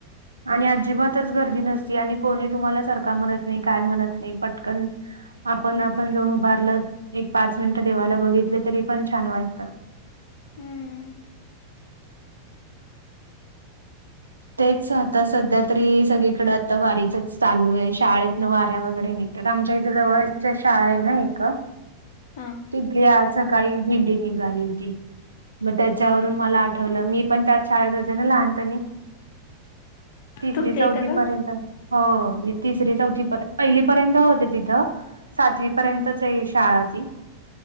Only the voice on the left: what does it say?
हम्म.
हा.
तुमच्या
इथं का?
हम्म.